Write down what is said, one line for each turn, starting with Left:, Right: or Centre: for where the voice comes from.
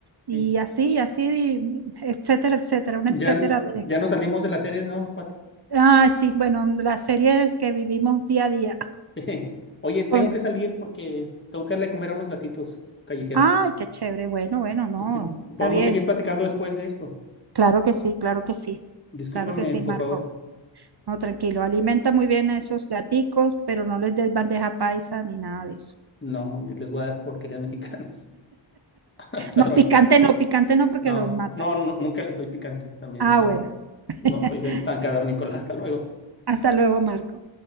Right: Y
Left: sí.
Right: así, así, etcétera, etcétera, una
Left: Ya,
Right: etcétera
Left: n-
Right: de...
Left: ya nos salimos de las series, ¿no, Pati?
Right: Ay, sí, bueno, las series que vivimos día a día.
Left: <laughs> Oye, tengo
Right: <laughs> Con...
Left: que salir porque tengo que darle de comer a unos gatitos callejeros.
Right: Ay, qué chévere, bueno, bueno, no,
Left: Este,
Right: está
Left: podemos
Right: bien.
Left: seguir platicando después de esto.
Right: Claro que sí, claro que sí,
Left: Discúlpame,
Right: claro que sí,
Left: por
Right: Marco.
Left: favor.
Right: No, tranquilo, alimenta muy bien a esos gaticos, pero no les des bandeja paisa ni nada de eso.
Left: No, muy bien, les voy a dar porquerías mexicanas. <laughs> Hasta
Right: No,
Left: luego.
Right: picante no, picante no, porque
Left: No,
Right: los matas.
Left: no, nu- nunca le estoy picante también.
Right: Ah,
Left: No,
Right: bueno. <laughs>
Left: no estoy soy tan cavernícola. <laughs> Hasta luego.
Right: Hasta luego, Marco.